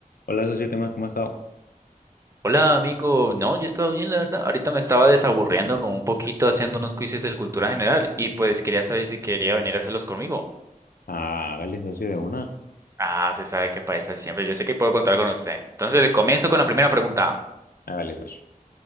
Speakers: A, on the left; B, on the right.
A: Hola, socio, ¿qué más? ¿Cómo ha estado?
B: Hola amigo, no, yo he estado bien, la verdad. Ahorita me estaba desaburriendo como un poquito haciendo unos quizzes de cultura general y pues quería saber si quería venir a hacerlos conmigo.
A: Ah, hágale socio de una,
B: Ah, se sabe que para esa siempre, yo sé que puedo contar con usted. Entonces le comienzo con la primera pregunta.
A: hágale socio.